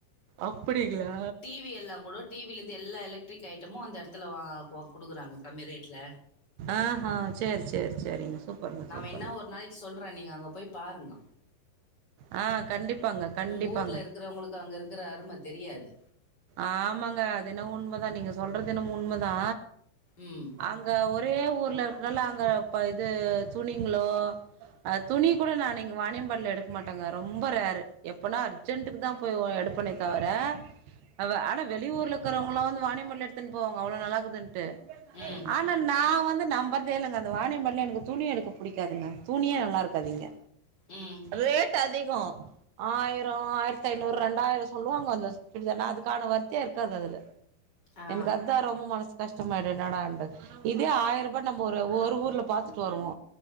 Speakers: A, on the right; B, on the left.
A: அப்டிங்ளா
B: டிவி எல்லா கூட டிவிலேந்து எல்லா எலக்ட்ரிக் ஐட்டமு அந்த இடத்துல வா கொடுக்குறாங்க கம்மி ரேட்ல
A: ஆஹ்ஹா சேர் சேரி சேரிங்க சூப்பருங்க
B: நா
A: சூப்பருங்க
B: வேன்னா ஒரு நாளைக்கு சொல்றே நீங்க அங்க போய் பாருங்க
A: ஆ கண்டிப்பாங்க கண்டிப்பாங்க
B: உங்கூர்ல இருக்றவங்களுக்கு அங்க இருக்ற அரும தெரியாது
A: ஆமாங்க அதென்னவோ உண்மதா நீங்க சொல்றதென்னமோ உண்மதா
B: உம்
A: அங்க ஒரே ஊர்ல இருக்கனால அங்க இப்ப இது துணிங்ளோ அஹ் துணி கூட நா நீங்க வாணிம்பாடில எடுக்க மாட்டேங்க ரொம்ப ரேரு எப்பனா அர்ஜெண்டுக்கு தா போய் எடுப்பேனே தவிர அவ ஆனா வெளியூர்ல இருக்குறவங்கலா வந்து வானியம்பாடில எடுத்துனுபோவாங்க அவ்ளோ நல்லாக்குதுனு ட்டு
B: ம்.
A: ஆனா நா வந்து நம் போறதே இல்லங்க அந்த வானியம்பாடிலா எனக்கு துணி எடுக்க பிடிக்காதுங்க துணியே நல்லா இருக்காது இங்க
B: ம்.
A: ரேட் அதிகோ ஆயிரோ ஆயிரத்தி ஐநூறு ரெண்டாயிரோ சொல்லுவாங்க அந்த சுடிதாரு நா அதுக்கு கான ஒர்த்தே இருக்காது அதுல
B: ஆ.
A: எனக்கு அதுதா ரொம்ப மனசு கஷ்டமாயிடு என்னடான்டு இதே ஆயிரூபா நம்ம ஒரு ஒரு ஊர்ல பாத்துட்டு வருவோ